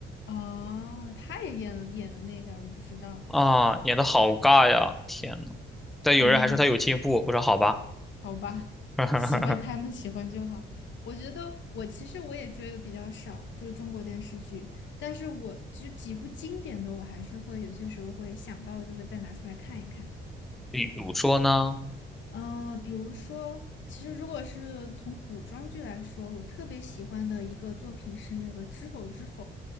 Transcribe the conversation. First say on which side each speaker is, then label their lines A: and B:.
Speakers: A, on the left (about 70°); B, in the centre.
A: 哦，他也演了演了那个，我都不知道，
B: 啊，演的好尬呀！天呐，但有人还说她有进步，
A: 嗯，
B: 我说好吧。
A: 好吧，
B: <laughs>
A: 喜欢他们喜欢就好。我觉得我其实我也追的比较少，就是中国电视剧，但是我就几部经典的，我还是会有些时候会想到，就会再拿出来看一看。
B: 比如说呢？
A: 呃，比如说，其实如果是从古装剧来说，我特别喜欢的一个作品是那个《知否知否》。